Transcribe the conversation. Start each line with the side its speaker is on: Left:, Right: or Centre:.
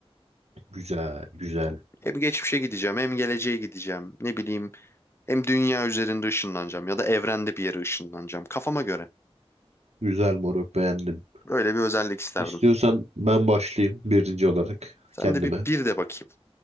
Right: Güzel. Güzel.
Left: Hem geçmişe gideceğim, hem geleceğe gideceğim. Ne bileyim, hem dünya üzerinde ışınlanacağım ya da evrende bir yere ışınlanacağım. Kafama göre.
Right: Güzel moruk beğendim.
Left: Böyle bir özellik isterdim.
Right: İstiyorsan ben başlayayım birinci olarak
Left: Sen
Right: kendime.
Left: de bir, bir de bakayım.